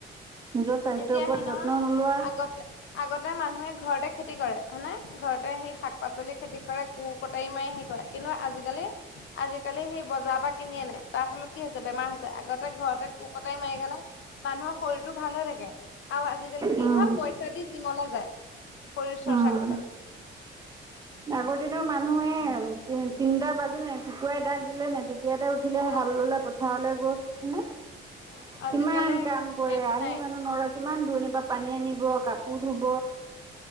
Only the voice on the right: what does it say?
নিজৰ স্বাস্থ্যৰ
ওপৰত
যত্ন নোলোৱা
উম
উম,
আগৰ দিনৰ মান মানুহে, তিন তিনিটা বাজিল নাই কুকুৰাই দাগ দিলে নাই তেতিয়াটে উঠিলে
হালৈলৈ পথাৰলৈ মানে
কিমান কাম কৰে
আহি
মানুহ নৰয়। কিমান দূৰণিৰ পৰা পানী আনিব কাপোৰ ধুব